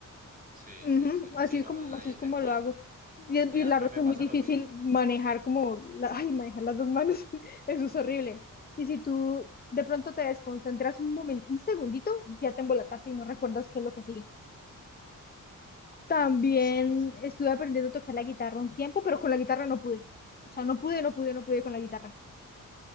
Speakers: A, on the right; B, on the left.
A: Sí,
B: Ujú,
A: sí, sí.
B: Así
A: Sí,
B: es
A: no,
B: como,
A: ahí
B: así es como
A: te entiendo.
B: lo hago. Y, es-
A: Sí,
B: y
A: a
B: la
A: mí
B: ropa
A: me
B: es
A: pasa
B: muy difícil
A: lo mismo.
B: manejar como, la- ay, manejar las dos manos, <laughs> eso es horrible. Y si tú de pronto te desconcentras un momento, un segundito, ya te embolataste y no recuerdas qué es lo que sigue. También
A: Mm, Sí, sí.
B: estuve aprendiendo a tocar la guitarra un tiempo, pero con la guitarra no pude. O sea, no pude, no pude, no pude con la guitarra. <clears throat>